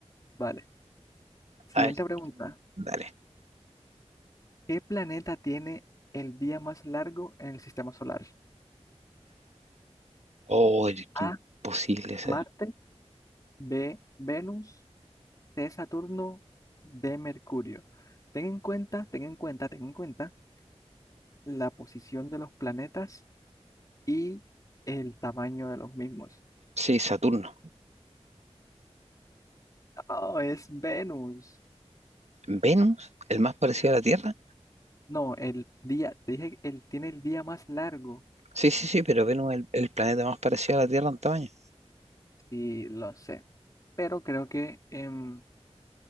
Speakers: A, on the left; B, on the right.
A: Vale. Siguiente
B: A ver,
A: pregunta.
B: dale.
A: ¿Qué planeta tiene el día más largo en el sistema solar?
B: Oh, el- qué
A: A,
B: imposible ser.
A: Marte, B, Venus, C, Saturno, D, Mercurio. Ten en cuenta, ten en cuenta, ten en cuenta la posición de los planetas y el tamaño de los mismos.
B: Sí, Saturno.
A: Oh, es Venus.
B: ¿Venus? ¿El más parecido a la Tierra?
A: No, el día, te dije, él tiene el día más largo.
B: Sí, sí, sí, pero Venus es el, el planeta más parecido a la Tierra en tamaño.
A: Sí, lo sé. Pero creo que em,